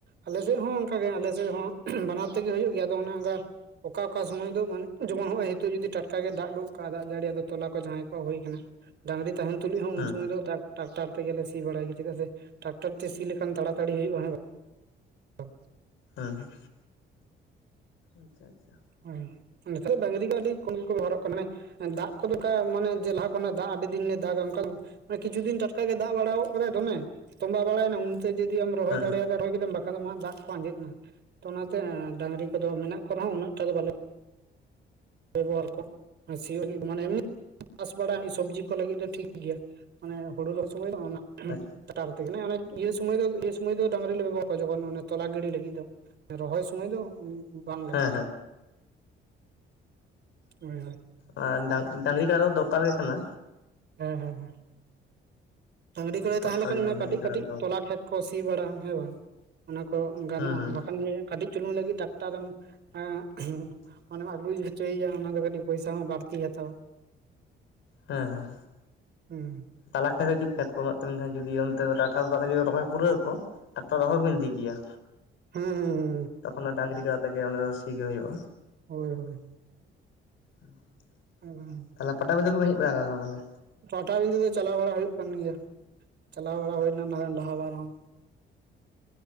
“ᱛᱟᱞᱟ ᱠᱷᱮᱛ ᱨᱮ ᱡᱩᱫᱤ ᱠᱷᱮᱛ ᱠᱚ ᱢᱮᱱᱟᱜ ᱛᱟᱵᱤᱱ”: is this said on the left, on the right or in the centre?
Left